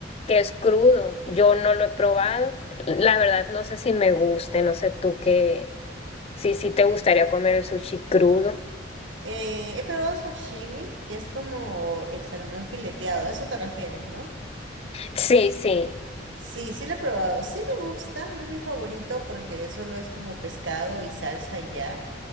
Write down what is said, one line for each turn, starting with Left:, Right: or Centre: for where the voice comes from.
Left: que es crudo. Yo no lo he probado. La verdad no sé si me guste, no sé tú qué, sí, sí te gustaría comer el sushi crudo.
Right: Eh, he probado sashimi, que es como el salmón fileteado, a eso te refieres, ¿no?
Left: Sí, sí.
Right: Sí, sí lo he probado. Sí me gusta, no es mi favorito porque solo es como pescado y salsa y ya.